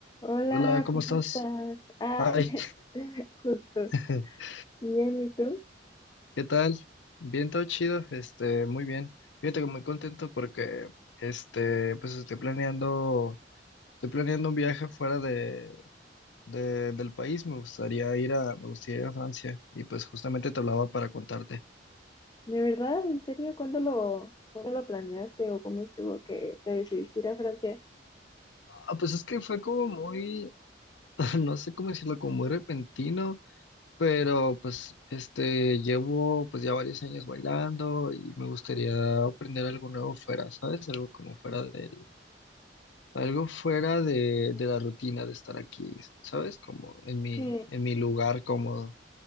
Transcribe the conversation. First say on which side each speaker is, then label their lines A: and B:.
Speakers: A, on the left (about 20°); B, on the left (about 80°).
A: Hola,
B: Hola, ¿cómo
A: ¿cómo
B: estás?
A: estás? Ay,
B: Ay,
A: <laughs> justo.
B: <laughs>
A: Bien, ¿y tú?
B: ¿qué tal? Bien, todo chido, este, muy bien. Fíjate que muy contento porque, este, pues estoy planeando, estoy planeando un viaje fuera de, de- del país. Me gustaría ir a, me gustaría ir a Francia y pues justamente te hablaba para contarte.
A: ¿De verdad? ¿En serio? ¿Cuándo lo, cuándo lo planeaste o cómo estuvo que te decidiste ir a Francia?
B: Ah, pues es que fue como muy, <laughs> no sé cómo decirlo, como muy repentino. pero pues este llevo pues ya varios años bailando y me gustaría aprender algo nuevo fuera, ¿sabes? Algo como fuera del, algo fuera de, de la rutina de estar aquí, ¿sabes? Como en mi,
A: Sí,
B: en mi lugar cómodo,